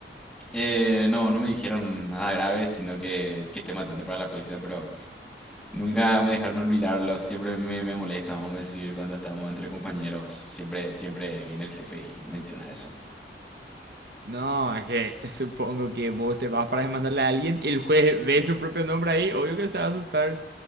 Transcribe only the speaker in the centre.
Eh, no, no me dijeron nada grave, sino que, que esté más atento para la próxima, pero nunca me dejaron olvidarlo, siempre me, me molesta, vamos a decir, cuando estamos entre compañeros, siempre, siempre viene el jefe y menciona eso. <laughs>